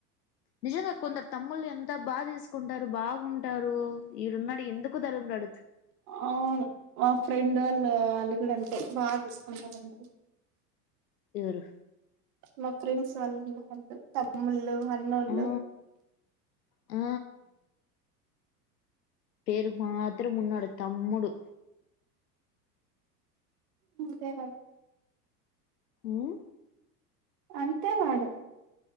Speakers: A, on the left (about 80°); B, on the right (about 60°).
A: నిజంగా కొందరు తమ్ముళ్లు ఎంత బాగా తీసుకుంటారు బాగుంటారు ఈడున్నాడు ఎందుకు ధర ఉన్నాడు.
B: అవును ఆ ఫ్రెండ్ వాళ్ళు వాళ్ళు కూడా అంతే బాగా చూస్తుంటారు. అంట
A: ఎరు
B: మా ఫ్రెండ్స్ వాళ్లు తమ్ముళ్ళు అన్నోళ్ళు
A: ఆ ఆ పేరుకు మాత్రం ఉన్నాడు తమ్ముడు
B: అంతే మడం
A: ఉం
B: అంతే వాడు